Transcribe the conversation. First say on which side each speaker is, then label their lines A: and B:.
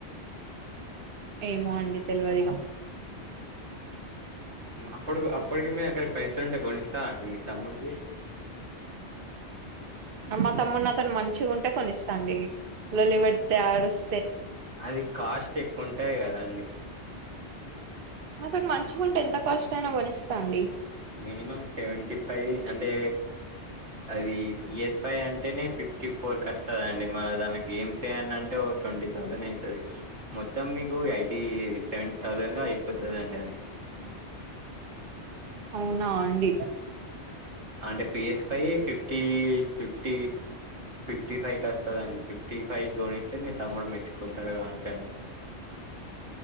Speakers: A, on the right; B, on the right.
A: ఏమో అండి తెలవదిగా
B: అప్పడు అప్పటికి మీ అక్కడ పైసలు ఉంటే కొనిస్తారా అండి మీ తమ్ముడికి
A: అమ్ మా తమ్ముడ్ నాతోని మంచిగా ఉంటే కొనిస్తాండి లొల్లి పెడితే ఆడుస్
B: అది కాస్ట్ ఎక్కువ ఉంటది కదాండి
A: నాతోనీ మంచిగంటే ఎంత కాస్ట్ అయినా కొనిస్తా అండి
B: మినిమం సెవెంటీ ఫై అంటే అది పిఎస్ వై అంటేనే ఫిఫ్టీ ఫోర్ కస్తుందండి మళ్ళ దానిలో గేమ్స్ ఆయన్ని అంటే వి ట్వంటీ థౌసండ్ అయితది మొత్తం మీకు ఎయిటీ సెవెంటీ థౌజండ్ లో అయిపోతది అండి అది <inaudible>
A: అవునా అండి
B: అంటే PS five fifty fifty fifty five కస్తదండి ఫిఫ్టీ ఫైవ్ కొనిస్తే మీ తమ్ముడు మెచ్చుకుంటడు కావచ్చు అండి <inaudible>